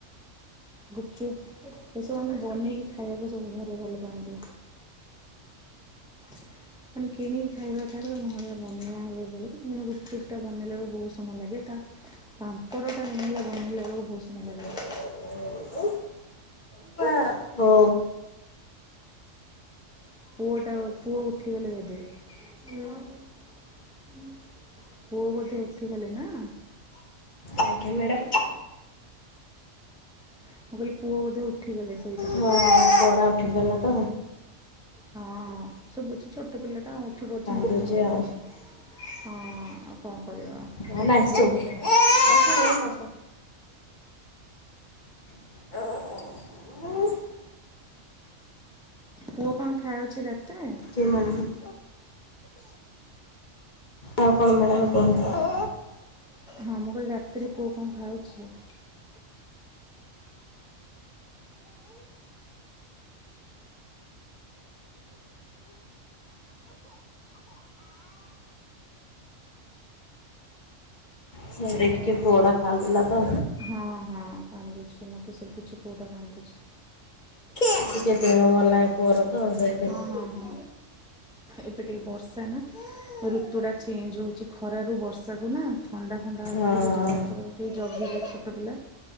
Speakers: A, in the centre; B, on the left.
A: ଗୁପଚୁପ୍ ଏସବୁ ଆମେ ବନେଇକି ଖାଇବାକୁ ସବୁ ଘରେ ଭଲ ପାଆନ୍ତି। <unintelligible> ମାନେ କିଣିକି ଖାଇବା ଠାରୁ ଆମ ଘରେ ବନେଇବା ହୁଏ ବହୁତ୍ ମାନେ ଗୁପ୍ ଚୁପ ଟା ବନେଇଲା ବେଳକୁ ବହୁତ ସମୟ ଲାଗେ ତା ପାମ୍ପଡ଼ ଟା ମେନ୍ ହେଲା ବନେଇିଲା ବେଳକୁ ବହୁତୁ ଶମୟ ଲାଗେ।
B: <unintelligible> <unintelligible> ଓ
A: ପୁଅଟା ପୁଅ ଉଠିଗଲେ ବୋଧେ। ପୁଅ ବୋଧେ ଉଠିଗଲେ ନା କଣ
B: ଆଜ୍ଞା ମ୍ୟାଡ଼ମ୍।
A: ମୁଁ କହିଲି ପୁଅ ବୋଧେ ଉଠିଗଲେ ଶୋଇଥିଲେ।
B: ହଁ ପୁଅଟା ଉଠି ପାଡ଼ିଲା ତ
A: ହଁ ସୁବୁଛି ଛୋଟ ପିଲାଟା ଉଠି ପଡୁଛି
B: କାନ୍ଦୁଛି
A: ନିଦଭାଙ୍ଗିଯିବ।
B: ଆଉ।
A: ହଁ ଆଉ କଣ କରିବା ଆଉ
B: କଲ୍
A: ଛୋଟ
B: ଆସୁ
A: ପିଲା ନିଦ
B: ହଁ ସେ ଏଲସ <unintelligible> <unintelligible>
A: ପୁଅ କଣ ଖାୟାଉଛି ରାତିରେ?
B: କି ମ୍ୟାଡ଼ମ୍। ଆଉ କଣ ମ୍ୟାଡାାମ କୁହନ୍ତୁ?
A: ହଁ ମୁଁ କଇଲି ରାତିରେ ପୁଅ କଣ ଖାଉଛି?
B: ସିଆଡେ ଟିକେ ପୁଅଟା କାନ୍ଦିଲା ତ।
A: ହଁ ହଁ କାନ୍ଦୁଛି ମତେ ସୁଭୁଛି ପୁଅଟା କାନ୍ଦୁଛି।
B: ଟିକେ ଦେହ ଭଲ ନାହିଁ ପୁଅର ତ ସେ
A: ହଁ, ହଁ, ହଁ। ଏବେ ଟିକେ ବର୍ଷା ନା, ଋତୁଟା ଚେଞ୍ଜ ହେଉଛି ଖରାରୁ ବର୍ଷାକୁ ନା। ଥଣ୍ଡା ଫଣ୍ଡା ହବ,
B: ହଁ
A: ଟିକେ ଜର ଫର, ଟିକେ ଜଗିକି ଛୋଟ ପିଲା।